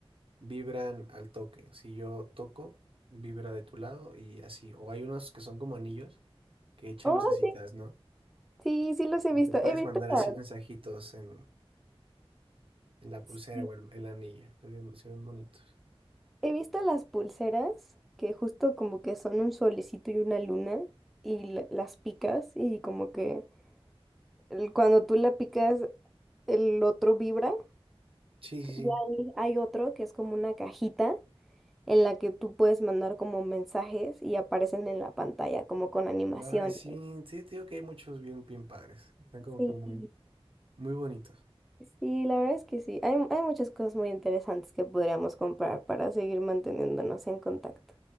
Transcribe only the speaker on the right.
vibran al toque. Si yo toco, vibra de tu lado y así. O hay unos que son como anillos que echan
lucecitas,
¿no?
Y
te puedes
mandar así
mensajitos en, en la pulsera
o el- en, la anilla. Se ven, se ven bonitos.
Sí, sí, sí.
Ay, sí, sí, te digo que hay muchos bien, bien padres. Están como
que muy, muy bonitos.